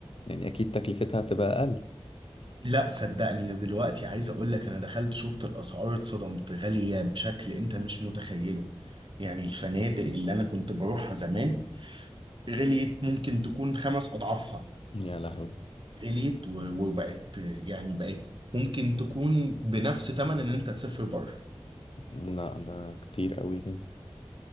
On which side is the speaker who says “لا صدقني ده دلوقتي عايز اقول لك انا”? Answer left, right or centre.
Right